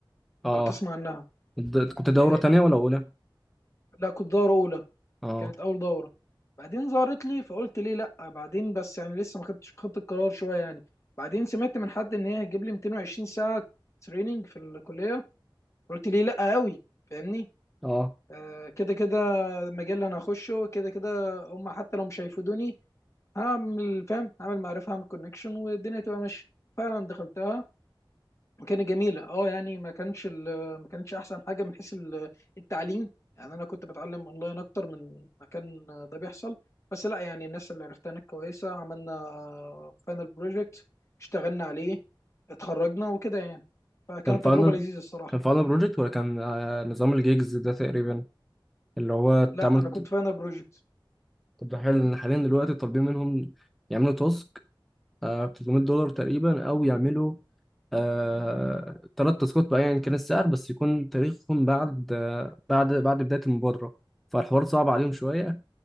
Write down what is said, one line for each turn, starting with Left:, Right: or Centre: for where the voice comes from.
Centre: اه
Left: لو تسمع
Centre: اه.
Left: عنها
Centre: د- كنت دورة
Left: و...
Centre: تانية ولا اولى؟
Left: لا كنت دورة أولى
Centre: اه
Left: كانت اول دوره بعدين ظهرت لي فقلت ليه لا بعدين بس يعني لسه ما خدتش خدت القرار شويه يعني بعدين سمعت من حد ان هي هتجيب لي 220 ساعه تريننج في الكليه قلت ليه لا قوي فاهمني
Centre: اه
Left: آه كده كده المجال اللي انا هخشه كده كده هم حتى لو مش هيفيدوني هعمل فاهم هعمل معرفه هعمل كونكشن والدنيا تبقى ماشيه فعلا دخلتها كانت جميله اه يعني ما كانش ال- ما كانتش احسن حاجه من حيث ال- التعليم يعني انا كنت بتعلم اونلاين اكتر من ما كان ده بيحصل بس لا يعني الناس اللي عرفتها هناك كويسه عملنا فاينل بروجكت اشتغلنا عليه اتخرجنا وكده يعني فكانت
Centre: كان فاينل
Left: تجربه لذيذه الصراحه
Centre: كان فاينل بروجكت ولا كان آه، نظام الجيجز ده تقريبا اللي هو تعمل
Left: لا انا كنت فاينل بروجكت
Centre: طب ده حلو ان حاليا دلوقتي طالبين منهم يعملوا آه 300 دولار تقريبا او يعملوا آه ثلاث تاسكات بقى يعني كان السعر بس يكون تاريخهم بعد آه بعد بعد بداية المبادرة فالحوار صعب عليهم شوية